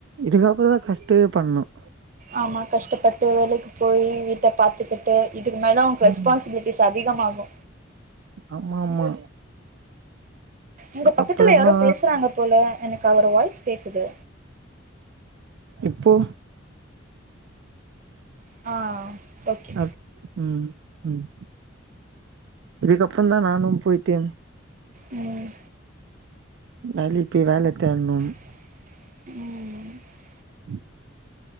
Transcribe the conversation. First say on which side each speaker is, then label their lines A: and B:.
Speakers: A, on the right; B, on the right.
A: இதுக்கப்புற தா கஷ்டேவே பண்ணும்
B: ஆமா கஷ்டப்பட்டு வேலைக்கு போயி வீட்ட பாத்துக்கிட்டு இதுக்கு மேல தா உனக்கு
A: ம்
B: ரெஸ்பான்சிபிலிட் டிஸ் அதிகமாகு
A: ஆமா ஆமா
B: உங்க
A: இதுக்கப்றோந்தா
B: பக்கத்துல யாரோ பேசுறாங்க போல எனக்கு அவர் வாய்ஸ் கேக்குது
A: இப்போ
B: ஆ ஓகே
A: அப் ம் ம் இதுக்கப்பறந்தா நானும் போயிட்டு
B: ம்
A: நலுப்பி வேல தேட்ணும்
B: ம் ம்
A: உம்